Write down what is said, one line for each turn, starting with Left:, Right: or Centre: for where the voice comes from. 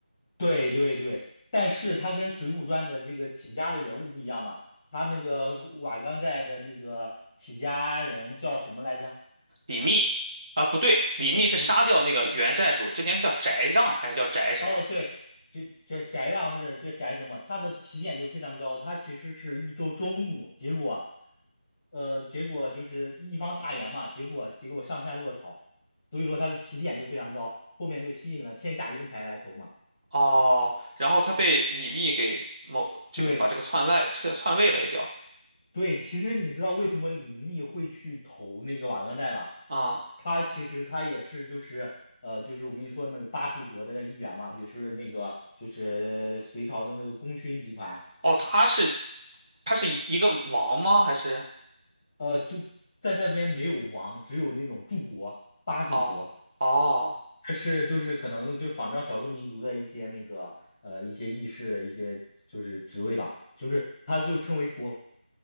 Left: 对对对。但是它跟《水浒传》的这个起家的人物不一样嘛，他那个瓦岗寨的那个起家人叫什么来着？
Right: 李密？啊，不对，李密是杀掉那个原寨主，
Left: 呃，不。
Right: 之前是叫翟让还是叫翟什么？
Left: 哦，对，这这宅让或者这宅什么，他的起点就非常高，他其实是一周周牧，结果，呃，结果就是一方大员嘛，结果结果上山落草，所以说他的起点就非常高，后面就吸引了天下英才来投嘛。
Right: 哦，然后他被李密给某这个把这个篡位篡篡位了，
Left: 对
Right: 也叫
Left: 对，其实你知道为什么李密会去投那个瓦岗寨吧？
Right: 啊、
Left: 他其实他也是就是呃就是我跟你说那个八柱国的那一员嘛，就是那个就是隋朝的那个功勋集团。
Right: 哦，他是他是一一个王吗？还是
Left: 呃，就在那边没有王，只有那种柱国、八柱国，
Right: 哦哦。
Left: 这是就是可能就是仿照少数民族的一些那个呃一些议事的一些就是职位吧，就是他就称为国，